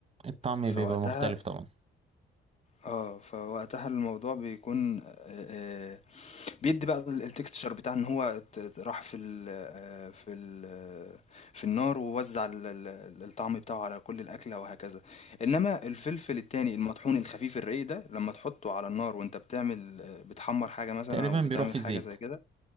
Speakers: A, on the right (about 30°); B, on the left (about 35°).
A: الطعم
B: فوقتها
A: بيبقى مختلف طبعا
B: اه فوقتها الموضوع بيكون آه، آه، بيدي بقى ال الtexture بتاع إن هو ت ت راح في ال آآ في ال في النار ووزّع ال ال الطعم بتاعه على كل الأكلة وهكذا، إنما الفلفل التاني المطحون الخفيف الرقيق ده لمّا تحطه على النار وأنت بتعمل بتحمّر حاجة مثلًا
A: تقريبا
B: أو بتعمل
A: بيروح في الزيت
B: حاجة زي كده